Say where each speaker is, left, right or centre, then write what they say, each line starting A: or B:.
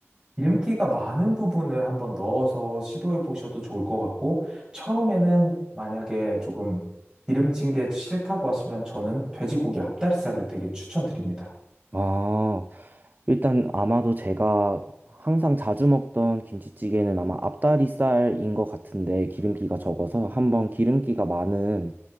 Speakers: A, on the right; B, on the right.
A: 기름기가 많은 부분을 한번 넣어서 시도해 보셔도 좋을 것 같고, 처음에는 만약에 조금 기름진 게 싫다고 하시면 저는 돼지고기 앞다리살을 되게 추천드립니다.
B: 아, 일단 아마도 제가 항상 자주 먹던 김치찌개는 아마 앞다리살인 것 같은데 기름기가 적어서 한번 기름기가 많은